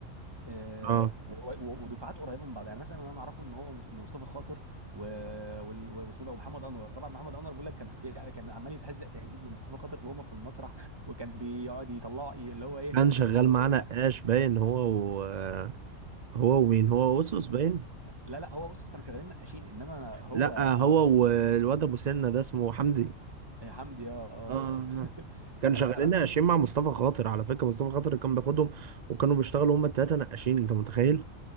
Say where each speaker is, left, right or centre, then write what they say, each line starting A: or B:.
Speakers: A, on the right (about 20°); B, on the right (about 60°).
A: آه
B: اه
A: و- و- ودفعات قريبه من بعض يعني مثلا اللي انا اعرفه ان هو ان مصطفى خاطر و- وال- واسمه ده ومحمد انور طبعا محمد انور بيقول لك كان بي- كان عمال يتهزق تهزيق من مصطفى خاطر وهما في المسرح وكان بيقعد يطلع اللي هو ايه
B: كان شغال
A: يقول
B: معانا نقاش باين هو و... آه، هو ومين هو وسوس باين
A: لا لا هو بص كانوا شغالين نقاشين انما أنا هو
B: لا
A: انا
B: هو
A: قصدي
B: والواد ابو سنة ده اسمه حمدي
A: حمدي اه اه
B: اه آه، آه. كان شغالين
A: آه. <laughs> لا انا قصدي
B: نقاشين مع مصطفى خاطر على فكرة مصطفى خاطر كان بياخدهم وكانوا بيشتغلوا هما التلاتة نقاشين انت متخيل